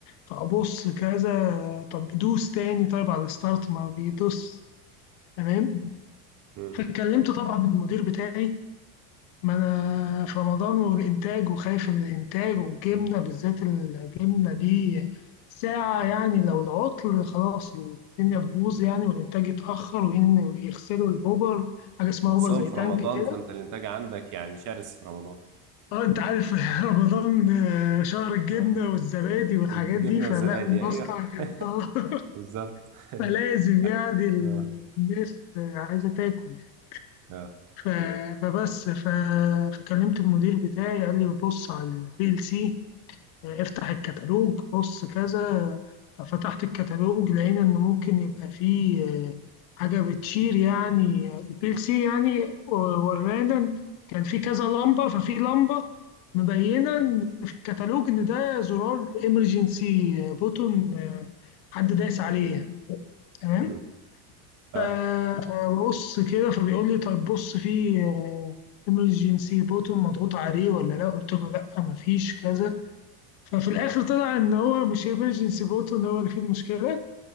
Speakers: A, on the left; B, on the right.
A: فابص كذا طب دوس تاني طيب على الستارت ما بيدوس تمام
B: مم.
A: فكلمت طبعا المدير بتاعي ما انا في رمضان والانتاج وخايف من الانتاج والجبنه بالذات الجبنه دي ساعه يعني لو العطل خلاص الدنيا تبوظ يعني والانتاج يتاخر وين- ويغسلوا الهوبر حاجه اسمها
B: وخصوصا
A: هوبر زي
B: في
A: تانك
B: رمضان
A: كده
B: فانت الانتاج عندك يعني شرس في رمضان
A: اه انت عارف <laughs> رمضان آه، شهر الجبنه
B: اه
A: والزبادي والحاجات
B: والجبنة
A: دي فلا
B: والزبادي
A: <laughs> المصنع
B: ايوه
A: كان اه
B: <laughs> بالظبط
A: <laughs>
B: <laughs>
A: فلازم يعني ال-
B: اه
A: الناس آه، عايزه تاكل يعني
B: اه
A: ف- فبس ف- فكلمت المدير بتاعي قال لي بص على البي ال سي يعني افتح الكتالوج بص كذا ففتحت الكتالوج لقينا ان ممكن يبقى فيه آه، حاجه بتشير يعني آه، البي ال سي يعني و- ورانا إن كان في كذا لمبه ففي لمبه مبينه إن في الكتالوج ان ده زرار امرجنسي بوتون حد دايس عليه يعني تمام
B: مم. اه
A: ف- فبص كده فبيقول لي طيب بص في امرجنسي بوتون مضغوط عليه ولا لا قلت له لا مفيش كذا ففي الاخر طلع ان هو مش ايمرجنسي بوتو ان هو اللي فيه المشكله